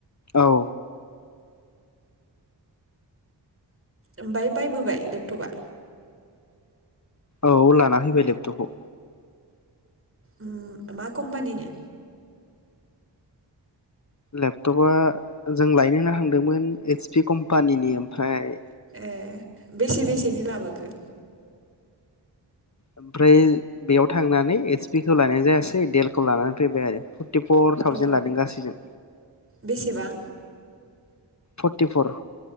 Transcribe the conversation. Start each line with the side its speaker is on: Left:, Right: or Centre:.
Left: औ
Right: ओमफाय बायबोबाय लेपटपा
Left: औ लाना फैबाय लेपटपखौ
Right: उम मा कम्पानिनि
Left: लेपटपा जों लायनोनो हांदोंमोन एस पि कम्पानि ओमफाय
Right: ए बेसे बेसेनि लाबोखो
Left: ओमफ्राय बेयाव थांनानै एस पि खौ लानायानो जायासै देल खौ लानानै फैबाय आरो टिफर थावजेन
Right: अ
Left: लादों गासैजों
Right: बेसेबां
Left: फरटिफर